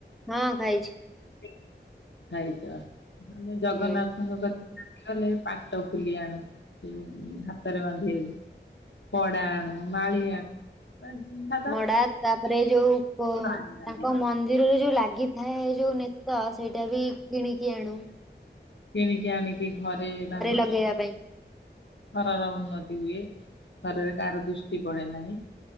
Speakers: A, in the centre; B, on the left (about 75°).
A: ହଁ ଖାଇଛି।
B: <inaudible> ଖାଇଛ ଆମେ ଜଗନ୍ନାଥଙ୍କ
A: ହୁଁ
B: ପାଖକୁ ଲେ ପାଟପୁଲି ଆଣୁ ସେ ଜଉ ହାତରେ ବାନ୍ଧିବାକୁ। କଡ଼ା ଆଣୁ ମାଳି ଆଣୁ <inaudible> ମାନେ ଜି
A: ମଡା ତାପରେ ଯୋଉ କ
B: ଆଣିଥାନ୍ତି
A: ତାଙ୍କ ମନ୍ଦିରରେ ଯୋଉ ଲାଗି ଥାଏ ଏ ଯୋଉ ନେତ ସେଇଟା ବି କିଣିକି ଆଣୁ।
B: କିଣିକି ଆଣିକି ଘରେ ବାନ୍ଧି
A: ଲଗେଇ ଆ ପାଇଁ।
B: ଘରର ଉନ୍ନତି ହୁଏ ଘରରେ କାହାର ଦୃଷ୍ଟି ପଡେ ନାହିଁ।